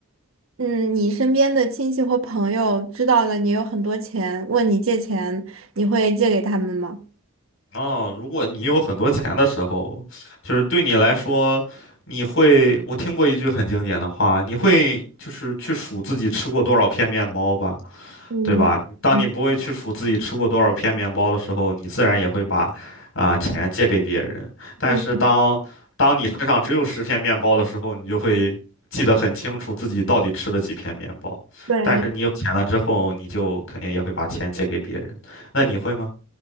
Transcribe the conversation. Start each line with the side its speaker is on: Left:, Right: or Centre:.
Right: 嗯，你身边的亲戚或朋友知道了你有很多钱，问你借钱，你会借给他们吗？
Left: 哦，如果你有很多钱的时候，就是对你来说，你会，我听过一句很经典的话，你会就是去数自己吃过多少片面包吧？
Right: 嗯嗯
Left: 对吧？当你不会去数自己吃过多少片面包的时候，你自然也会把啊、钱借给别人。但是当当你身上只有十片面包的时候，
Right: 嗯，
Left: 你就会记得很清楚自己到底吃了几片面包。
Right: 对。
Left: 但是你有钱了之后，你就肯定也会把钱借给别人。那你会吗？